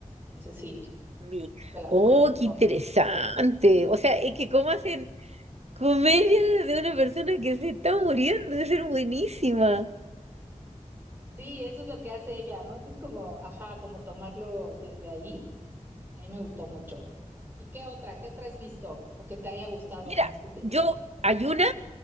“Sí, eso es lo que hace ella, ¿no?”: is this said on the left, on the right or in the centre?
Right